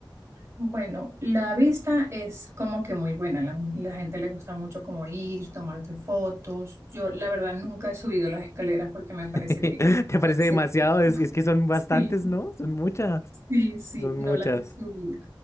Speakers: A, on the right; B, on the left.
A: Bueno, la vista es como que muy buena, la, la gente le gusta mucho como ir, tomarte fotos. Yo la verdad nunca he subido las escaleras porque me
B: <laughs>
A: parece
B: ¿Te
A: que... <laughs>
B: parece demasiado? Es, es que son bastantes,
A: Sí,
B: ¿no? Son muchas.
A: sí, sí, sí,
B: Son
A: no
B: muchas.
A: las he subido.